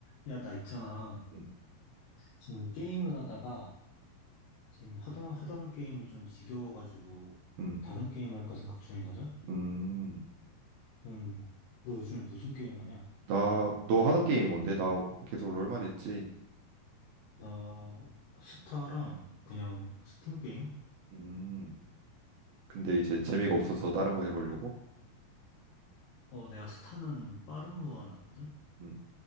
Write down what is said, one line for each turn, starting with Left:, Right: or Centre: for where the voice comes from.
Left: 야, 나 있잖아.
Right: 음,
Left: 지금 게임을 하다가 지금 하던 하던 게임이 좀 지겨워가지고
Right: 음,
Left: 다른 게임 할까 생각 중이거든.
Right: 음.
Left: 좀 너 요즘에 무슨 게임 하냐?
Right: 나, 너 하던 게임 뭔데? 나 계속 롤만 했지.
Left: 나 스타랑 그냥 스팀 게임?
Right: 음, 근데 이제 재미가 없어서 다른 거 해보려고?
Left: 어, 내가 스타는 빠른 무한하거든.
Right: 음,